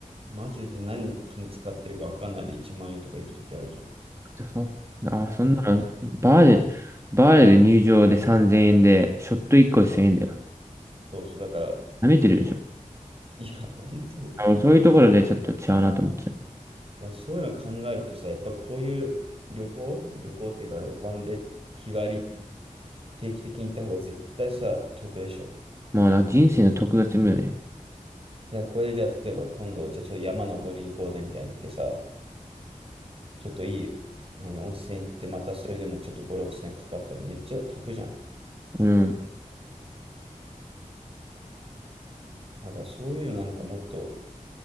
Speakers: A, on the right; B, on the right.
A: う、マジで何金使ってるか分かんないで1万円とか行くときあるじゃん。
B: じゃそ、あ、そんなの、バーで、バーで入場で3000円で、ショット1個で1000円だよ。
A: そうそう、だから、
B: 舐めてるでしょ。
A: いや、本当だよ。
B: あ、
A: だか
B: もうそういうところでちょっと違うなと思っちゃう。
A: らそういうの考えるとさ、やっぱこういう旅行、旅行っていうか、ワンデー、日帰り、定期的に行った方が絶対さ、得でしょ。
B: もうなんか人生の特積むよね。
A: いや、これでじゃあ、例えば今度、じゃあちょっと山登りに行こうぜみたいに言ってさ、ちょっといい、何、温泉行ってまたそれでもちょっと5、6千円かかったらめっちゃ得じゃん。
B: うん。
A: だからそういうのなんかもっと、